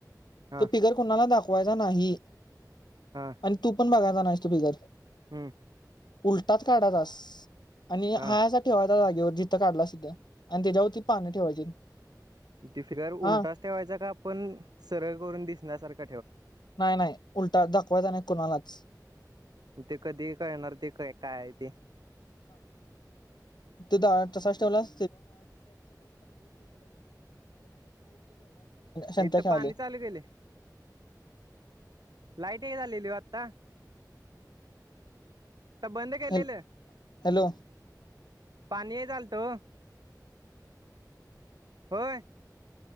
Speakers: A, on the right; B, on the left.
A: हा
B: तो फिगर कुणाला दाखवायचा नाही
A: हा
B: आणि तू पण बघायचा नास तू फिगर
A: हम्म
B: उलटात काढाातस आणि
A: हा
B: हाया अस ठेवायचाच जागेवर जिथं काढला सिध्या तेच्याव ती पान्ह ठेवायची
A: तिफिगर
B: हा
A: उलटाच ठेवायचा का पण सरळ करून दिसण्यासारख
B: नाही नाही उलटा दाखवायचा नाही कुणालाच
A: ते कधी कळणार ते का काय आहे ते
B: तिथ आठ ठेवलास. संंत
A: इथं पाणी
B: खेवले
A: चालू केले लाईट हे झालेली ओ आता बंद केलेलं
B: हॅल- हॅलो
A: पाणी चालत हो होय